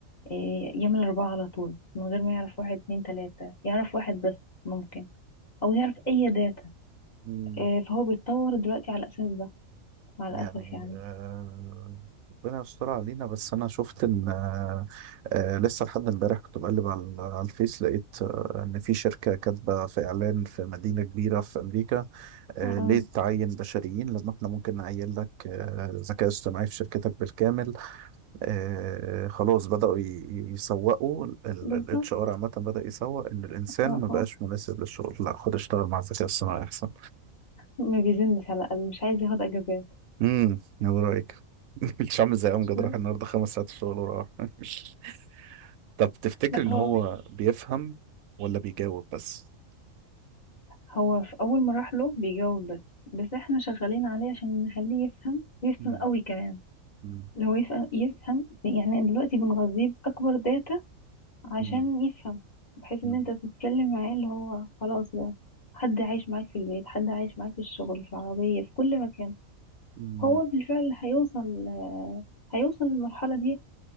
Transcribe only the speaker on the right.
م-
يعني
آه ربنا يستر علينا بس انا شفت ان آه آه لسه لحد امبارح كنت بقلب على على الفيس لقيت آه ان في شركة كاتبة في اعلان في مدينة كبيرة في امريكا آه،
ليه
تعين بشريين لما احنا ممكن نعين لك آه، ذكاء اصطناعي في شركتك بالكامل آه، خلاص بدأوا ي- ي- يسوقوا الاتش
ار عامة بدأ يسوق ان الانسان
ما بقاش
مناسب للشغل لا خد اشتغل مع الذكاء الصناعي احسن
امم ايه رأيك <laughs> مش عامل زي امجد
راح النهارده خمس ساعات الشغل وراح <laughs> طب تفتكر
ان
هو بيفهم ولا بيجاوب بس
مم،
مم،
مم،
مم،
مم،